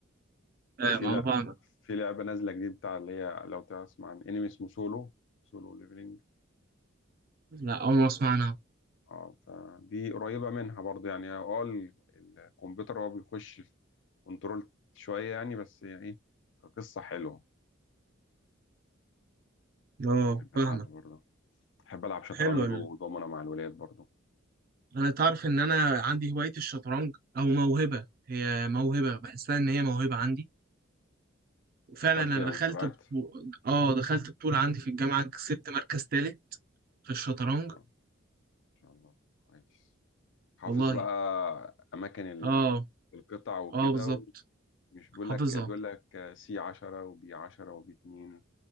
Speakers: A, on the right; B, on the left.
A: فاهم
B: وفي
A: فاهم
B: لا
A: أه فاهمك
B: في لعبة نازلة جديد بتاع اللي هي لو تسمع عن انمي اسمه سولو سولو ليفلينج
A: لا أول ما أسمع عنها
B: اه فدي قريبة منها برضه يعني اه ال- الكمبيوتر هو بيخش في كنترول شوية يعني بس يعني ايه كقصة حلوة
A: أه
B: بحب
A: فاهمك
B: ألعبها برضه بحب ألعب شطرنج
A: حلوة
B: ودومنا مع الولاد برضه
A: انا تعرف ان انا عندي هواية الشطرنج او موهبة هي موهبة بحسها ان هي موهبة عندي وفعلا
B: دخلت
A: انا
B: مسابقات
A: دخلت بطو... اه دخلت بطولة عندي في الجامعة كسبت مركز تالت في الشطرنج
B: إن شاء إن شاء الله كويس حافظ
A: والله
B: بقى أماكن ال-
A: اه
B: القطع وكده
A: اه بالظبط
B: ومش بيقول
A: حافظها
B: لك بيقول لك سي 10 وبي 10 وبي 2